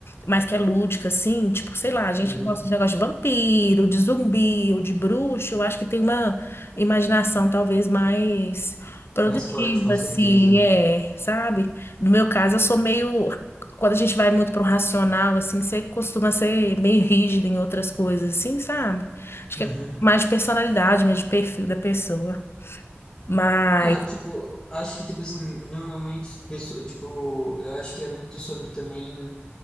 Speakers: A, on the left; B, on the left.
A: mas que é lúdica, assim, tipo, sei lá, a gente
B: Uhum.
A: que gosta de negócio de vampiro, de zumbi ou de bruxo, eu acho que tem uma imaginação talvez mais produtiva,
B: Mais forte, com certeza.
A: assim, é, sabe? No meu caso, eu sou meio. Quando a gente vai muito pro racional, assim, você costuma ser meio rígido em outras coisas, assim, sabe? Acho
B: Uhum.
A: que é mais de personalidade, mais de perfil da pessoa. Mas,
B: Ah, tipo, acho que, tipo assim, normalmente, as pessoas, tipo, eu acho que é muito sobre também